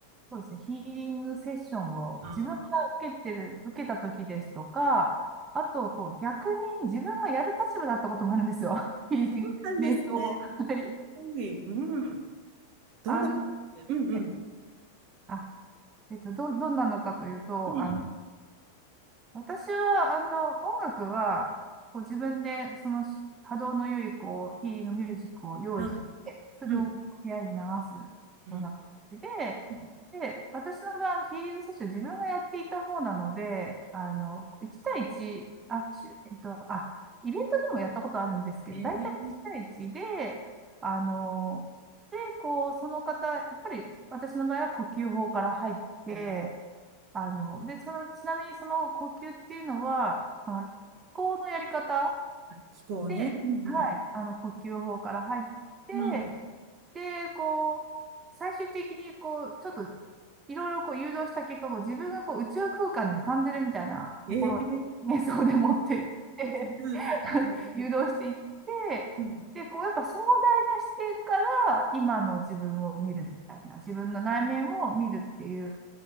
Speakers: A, on the right; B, on the right.
A: そうですね、ヒーリングセッションを自分が受けてる、
B: ああ、
A: 受けた時ですとか、あと、こう逆に自分がやる立場だったこともあるんですよ。<laughs> ヒーリング、
B: そうなんですね。
A: 瞑想を。はい。
B: コンビ、うん。どんな、
A: あの、
B: うんうん、
A: はいあ、えっと、ど、どんなのかというと、
B: うん、
A: あの、私は、あの、音楽は、こう自分で、そのし波動の良い、こう、ヒーリングミュージックを用意して、
B: はい、
A: それを部屋に流すような形で、
B: うん、うん。うん
A: で、私の場合、あのヒーリングセッション自分がやっていた方なので、あの、1対1、あ、しゅえっと、あ、イベントでもやったことあるんですけど、
B: えー、
A: 大体1対1で、あの、で、こう、その方、やっぱり私の場合は呼吸法から入って、
B: うん
A: あの、で、その、ちなみにその呼吸っていうのは、あの、気候のやり方
B: 飛行ね。
A: で、
B: うん
A: はい、あの、呼吸法から入って、
B: うん。うん。
A: で、こう、最終的に、こう、ちょっと、いろいろこう誘導した結果、こう自分がこう宇宙空間に浮かんでるみたいなところを瞑想
B: えー、
A: <laughs> で持っていって
B: うんうん
A: <laughs> 誘導していって、
B: うん。
A: で、こう、やっぱ壮大な視点から、今の自分を見るみたいな、自分の内面を見るっていう